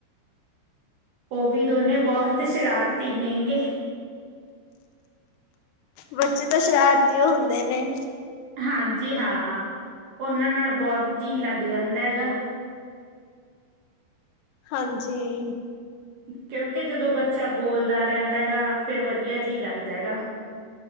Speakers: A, on the right (about 60°); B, on the left (about 80°).
A: ਓਵੀ ਦੋਨੇ ਬੋਤ ਸ਼ਰਾਰਤੀ ਨੇਗੇ।
B: ਬੱਚੇ ਤਾਂ ਸ਼ਰਾਰਤੀ ਓ ਹੁੰਦੇ ਨੇ।
A: ਹਾਂਜੀ ਹਾਂ, ਉਨਾਂ ਨਾਲ ਬੋਤ ਜੀਅ ਲਗ ਜਾਂਦਾ ਹੈਗਾ।
B: ਹਾਂਜੀ!
A: ਕਿਉਂਕਿ ਜਦੋਂ ਬੱਚਾ ਬੋਲਦਾ ਰੈਂਹਦਾ ਹੈਗਾ, ਫੇਰ ਵਧੀਆ ਜੀਅ ਲਗਦਾ ਹੈਗਾ।